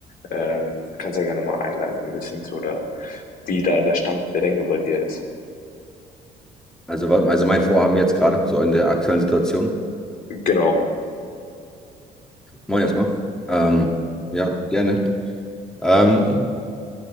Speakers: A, on the left; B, in the centre.
A: Ähm, kannst ja gerne mal einleiten ein bisschen zu oder wie da der Stand der Dinge bei dir ist.
B: Also, wa- also mein Vorhaben jetzt gerade, so in der aktuellen Situation.
A: Genau.
B: Moin erstmal. Ähm, ja, gerne. Ähm,